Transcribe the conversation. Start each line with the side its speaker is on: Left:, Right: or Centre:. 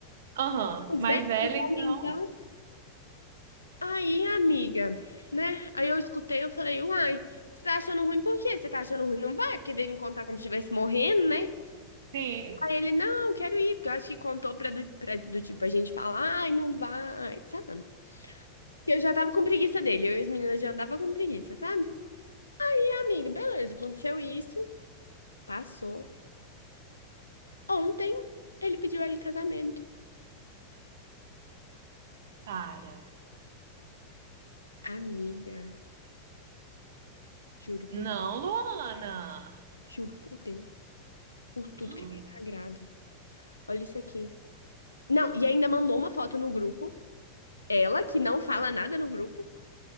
Right: Aham.
Left: Mais
Right: Mais
Left: velha,
Right: velha,
Left: o
Right: então?
Left: homem, então. Aí, amiga, né? Aí eu escutei, eu falei, uai, você tá achando ruim por quê? Você tá achando ruim? Não vai, porque veio me contar como se estivesse morrendo, né?
Right: Sim,
Left: Aí ele, não, quero ir, porque eu acho que contou pra do, pra do tipo, a gente falar, ai, não vai, sabe? E Eu já tava com preguiça dele, eu e as meninas já andava com preguiça, sabe? E, amiga, beleza, aconteceu isso, passou. Ontem, ele pediu ela em casamento.
Right: Para.
Left: Amiga, juro por,
Right: Não, Luana!
Left: juro por Deus, por tudo
Right: <gasps>
Left: que é mais sagrado. Olha isso aqui. Não, e ainda mandou uma foto no grupo. Ela, que não fala nada no grupo,